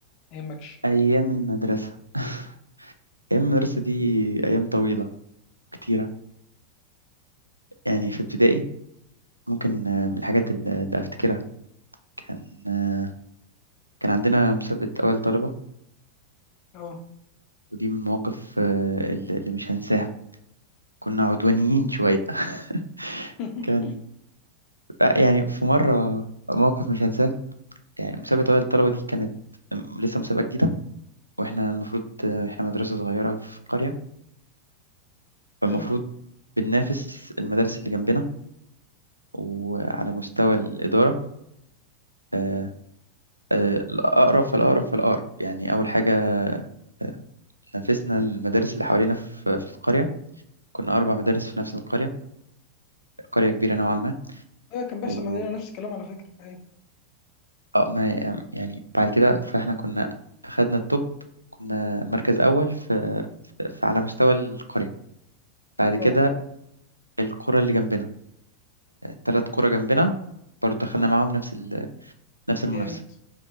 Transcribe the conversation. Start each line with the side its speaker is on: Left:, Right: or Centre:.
Left: ما يهمكش
Right: ايام المدرسة <laughs> ايام المدرسة دي ايام طويلة كتيرة يعني في ابتدائي ممكن آه، من الحاجات اللي اللي افتكرها كان آه، كان عندنا مسابقة اول طلبة
Left: اه
Right: ودي من المواقف آه، اللي اللي مش هنساها كنا عدوانيين شوية <laughs>
Left: <laughs>
Right: كان آه، يعني في مرة موقف مش هنساه يعني مسابقة أول الطلبة دي كانت م- لسه مسابقة جديدة وإحنا المفروض آه، إحنا مدرسة صغيرة في قرية فالمفروض
Left: ايوه
Right: بننافس المدارس اللي جنبنا وعلى مستوى الإدارة آه، آه، الأقرب فالأقرب فالأقرب يعني أول حاجة آه، نافسنا المدارس اللي حوالينا في في القرية كنا أربع مدارس في نفس القرية قرية كبيرة نوعا ما
Left: ايوه كان بيحصل
Right: و
Left: عندنا نفس الكلام على فكره ايوه
Right: آه، ما يعني بعد كده فإحنا كنا أخدنا التوب كنا مركز أول في في- على مستوى القرية بعد كده
Left: اه
Right: القرى اللي جنبنا ثلاث قرى جنبنا برضه دخلنا معاهم نفس ال- نفس المنافسة
Left: جامد